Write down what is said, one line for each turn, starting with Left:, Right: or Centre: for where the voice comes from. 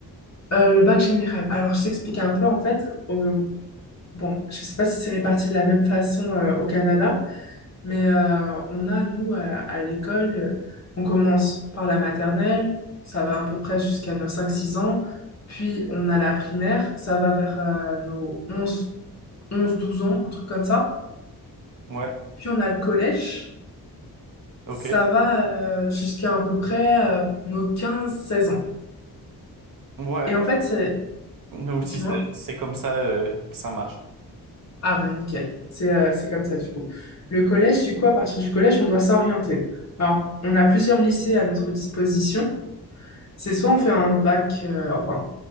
Left: euh, le bac général. Alors, je t'explique un peu, en fait. au- Bon, je sais pas si c'est réparti de la même façon euh, au Canada. Mais euh, on a, nous, à, à l'école, euh, on commence par la maternelle, ça va à peu près jusqu'à nos cinq six ans, puis on a la primaire, ça va vers euh, nos onze onze douze ans, un truc comme ça.
Right: Ouais,
Left: Puis on a le collège,
Right: ok.
Left: ça va euh, jusqu'à à peu près euh, nos quinze seize ans.
Right: Ouais,
Left: Et en fait, c'est...
Right: nous aussi,
Left: Dis-moi.
Right: c'est c'est comme ça euh, que ça marche.
Left: Ah bah nickel, c'est euh, c'est comme ça du coup. Le collège, du coup, à partir du collège, on doit s'orienter. Alors, on a plusieurs lycées à notre disposition. C'est soit on fait un bac, euh, enfin,